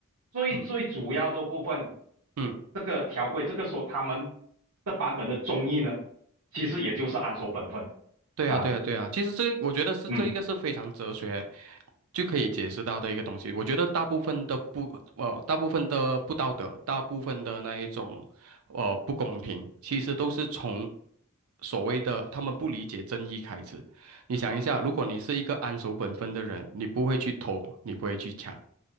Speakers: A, on the right; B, on the right.
A: 最最主要的部分。
B: 嗯嗯，
A: 这个条规，这个说他们的版本的中译呢，其实也就是安守本分
B: 对啊对啊对啊，
A: 啊，
B: 其实这个我觉得是这一个是非常哲学
A: 嗯
B: 就可以解释到的一个东西。我觉得大部分的不呃，大部分的不道德，大部分的那一种呃不公平，其实都是从所谓的他们不理解正义开始。你想一下，如果你是一个安守本分的人，你不会去偷，你不会去抢。